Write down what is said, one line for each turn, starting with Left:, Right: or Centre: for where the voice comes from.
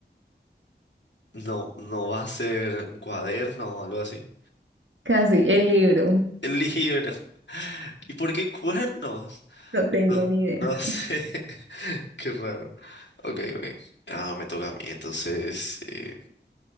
Left: No, no va a ser un cuaderno o algo así.
Right: casi, el libro,
Left: El libro. <laughs> ¿Y por qué cuernos?
Right: no tengo
Left: No,
Right: ni idea.
Left: no sé. <laughs> Qué raro. Ok, ok. Ah, me toca a mí. Entonces, eh,